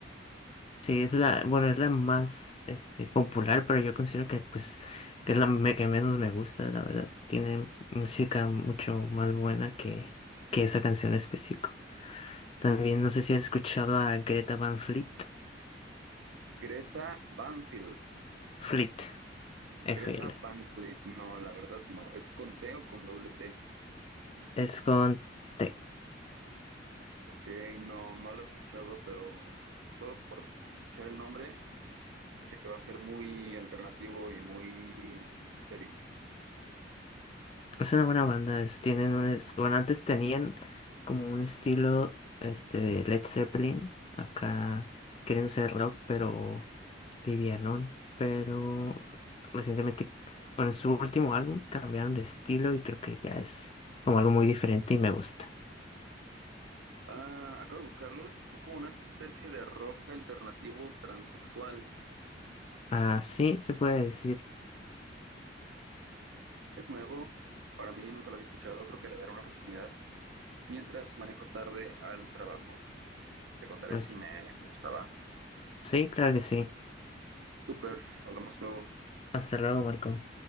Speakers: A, on the left; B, on the right.
A: Sí, es la, bueno, es la más, este, popular, pero yo considero que, pues, que es la me- que menos me gusta, la verdad. Tiene música mucho más buena que, que esa canción en específico. También, no sé si has escuchado a Greta Van Fleet.
B: Greta Banfield.
A: Fleet, F
B: Greta
A: L.
B: Van Fleet, no, la verdad no. ¿Es con T o con doble T?
A: Es con T.
B: Ok, no, no lo he escuchado, pero solo por escuchar el nombre, escuché que va a ser muy alternativo y muy histérico.
A: Es una buena banda, es- tienen un, es- bueno, antes tenían como un estilo este de Led Zeppelin, acá queriendo ser rock, pero livianón, pero recientemente, bueno, en su último álbum cambiaron de estilo y creo que ya es como algo muy diferente y me gusta.
B: Ah, acabo de buscarlos. Es como una especie de rock alternativo transexual.
A: Ah, sí, se puede decir,
B: Es nuevo, para mí nunca lo había escuchado, creo que le daré una oportunidad. Mientras manejo tarde al trabajo, te contaré
A: pues
B: si me gustaba.
A: sí, claro que sí.
B: Súper, hablamos luego.
A: Hasta luego, Marco.